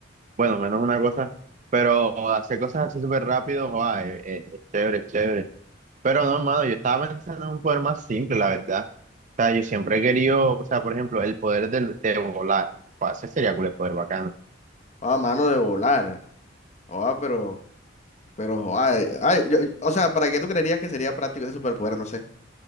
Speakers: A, on the right (about 40°); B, on the left (about 35°).
A: bueno, menos una cosa, pero hacer cosas así súper rápido, joa, es, es- es chévere, es chévere. Pero no, mano, yo estaba pensando en un poder más simple, la verdad. O sea, yo siempre he querido, o sea, por ejemplo, el poder del- de, volar, joa, ese sería cool, el poder bacano.
B: Ah, mano de volar. Ah, pero, pero, joa, eh, ay, yo- o sea, ¿para qué tú creerías que sería práctico ese superpoder? No sé.